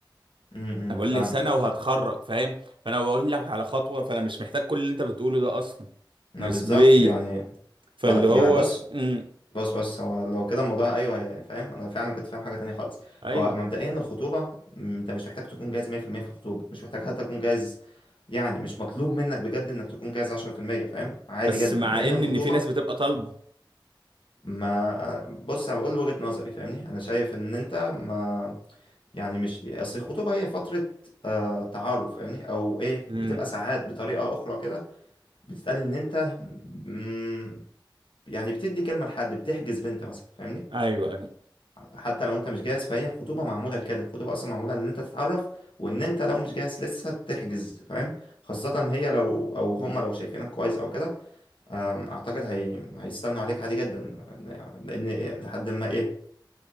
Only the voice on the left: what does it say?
امم
فاهمك
فاهم
خ-
انا
بالظبط يعني
خلاص
يعني بص
بص بص هو لو كده الموضوع ايوه هي- فاهم انا فعلا كنت فاهم حاجه تانية خالص
هو مبدئيا الخطوبه م، انت مش محتاج تكون جاهز 100% في المية في الخطوبه مش محتاج حتى تكون جاهز يعني مش مطلوب منك بجد انك تكون جاهز 10% فاهم عادي
جدا
لان
الخطوبه
ما بص انا بقول وجهة نظري فاهمني انا شايف ان انت ما يعني مش اصل الخطوبة هي فترة آه تعارف فاهمني او ايه
بتبقى ساعات بطريقة اخرى كده بتتقال ان انت مم، يعني بتدي كلمة لحد بتحجز بنت مثلا فاهمني
حتى لو انت مش جاهز فهي الخطوبة معمولة لكده الخطوبة اصلا معمولة ان انت تتعرف وان انت لو مش جاهز لسه تحجز فاهم خاصة هي لو او هم لو شايفينك كويس او كده آم، اعتقد هي هيستنوا عليك عادي جدا لان لحد ما ايه